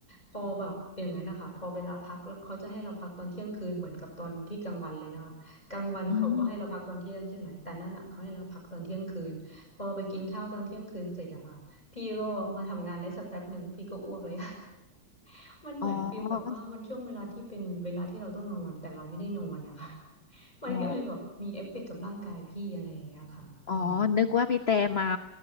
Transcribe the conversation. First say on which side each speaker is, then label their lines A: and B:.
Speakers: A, on the left; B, on the left.
A: พอแบบอย่างนั้นนะคะพอเวลาพักแล้วเขาจะให้เราพักตอนเที่ยงคืนเหมือนกับตอนที่กลางวันเลยนะคะ กลางวันเขาก็ให้เราพักตอนเที่ยงใช่ไหมแต่นั่นอ่ะเขาให้เราพักตอนเที่ยงคืนพอไปกินข้าวตอนเที่ยงคืนเสร็จอะค่ะพี่ก็มาทำงานได้สักแป๊บหนึ่งพี่ก็อ้วกเลย
B: อืม
A: <laughs> มันเหมือนฟีลแบบว่ามันช่วงเวลาที่เป็นเวลาที่เราต้องนอนแต่เราไม่ได้นอนนะคะ
B: อ๋อ
A: <laughs> มันก็เลยแบบมีเอฟเฟกต์กับร่างกายพี่อะไรอย่างเงี้ยค่ะอืม
B: อ๋ออ๋อนึกว่าพี่แต่เมา
A: ค่ะ